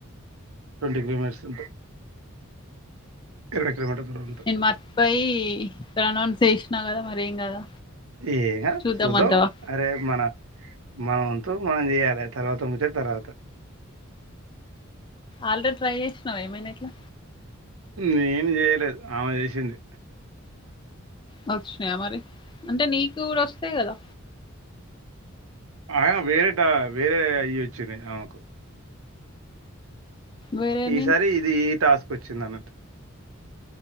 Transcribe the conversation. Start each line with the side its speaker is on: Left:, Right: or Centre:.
Right: ట్వంటీ కిలో మీటర్స్ ఉంటది ఇరవై కిలోమీటర్ దూరం ఉంటది
Left: నేను మా మర్చిపోయి ప్రనౌన్స్ చేసినా కదా మరేం కదా
Right: ఏం కాదు
Left: చూద్దామంటావా
Right: చూద్దాం అరే మన మనం మనం చెయ్యాలే తర్వాత ముచ్చట తర్వాత
Left: ఆల్రెడీ ట్రై చేసినావు ఏమైది ఎట్లా
Right: నేను చేయలేదు ఆమె చేసింది.
Left: వచ్చినాయా మరి అంటే నీకు కూడా వస్తాయి కదా
Right: ఆ వేరేట వేరే అయ వచ్చినినయి ఆమెకు
Left: వేరే
Right: ఈసారి
Left: మీన్స్
Right: ఇది ఈ టాస్క్ వచ్చింది అన్నట్టు